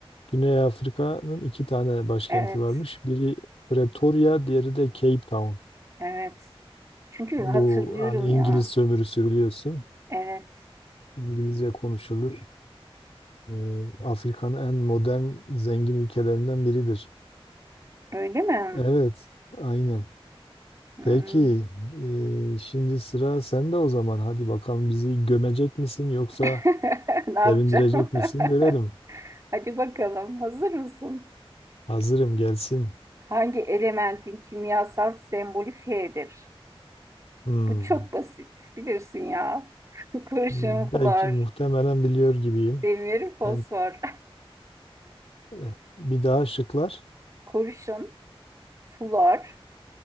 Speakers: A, on the left; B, on the right.
A: Güney Afrika'nın iki tane başkenti
B: Evet,
A: varmış. Biri Pretoria, diğeri de Cape Town.
B: evet. Çünkü
A: Bu
B: hatırlıyorum
A: hani İngiliz
B: ya.
A: sömürüsü biliyorsun.
B: Evet.
A: İngilizce konuşulur. Ee, Afrika'nın en modern zengin ülkelerinden biridir.
B: Öyle mi?
A: Evet, aynen.
B: Hmm.
A: Peki, e, şimdi sıra sende o zaman. Hadi bakalım bizi gömecek misin yoksa
B: <laughs> Ne yapacağım?
A: sevindirecek misin? Görelim.
B: <laughs> Hadi bakalım. Hazır mısın?
A: Hazırım gelsin.
B: Hangi elementin kimyasal sembolü Fe'dir?
A: Hmm.
B: Bu çok basit. Bilirsin ya. <laughs> Kurşun,
A: Hmm,
B: flor,
A: Belki muhtemelen biliyor gibiyim.
B: demir, fosfor.
A: Ben, eh, bir daha şıklar.
B: <laughs> Kurşun, flor,